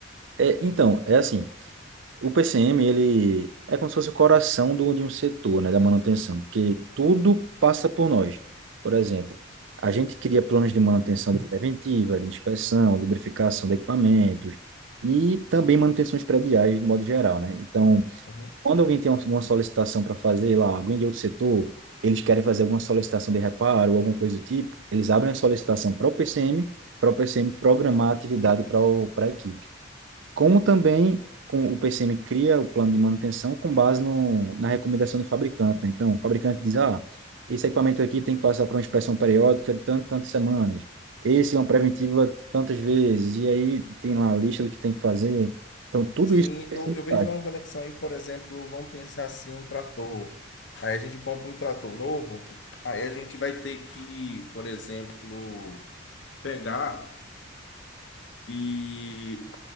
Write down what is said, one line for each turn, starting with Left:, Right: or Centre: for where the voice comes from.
Right: É, então, é assim, o PCM, ele é como se fosse o coração do, de um setor, né, da manutenção, porque tudo passa por nós. Por exemplo, a gente cria planos de manutenção preventiva, de inspeção, lubrificação de equipamentos e também manutenções prediais, de modo geral, né? Então,
Left: Uhum.
Right: Quando alguém tem alguma solicitação para fazer lá, alguém de outro setor, eles querem fazer alguma solicitação de reparo ou alguma coisa do tipo, eles abrem a solicitação para o PCM, para o PCM programar a atividade para o- para a equipe. Como também com, o PCM cria o plano de manutenção com base no, na recomendação do fabricante, né? Então, o fabricante diz, ah, esse equipamento aqui tem que passar por uma inspeção periódica de tanto, tantas semanas. Esse é uma preventiva tantas vezes. E aí tem lá a lista do que tem que fazer. Então, tudo
Left: Sim,
Right: isso o PCM
Left: eu, eu vejo
Right: faz.
Left: uma conexão aí, por exemplo, vamos pensar assim, um trator. Aí a gente compra um trator novo, aí a gente vai ter que, por exemplo, pegar E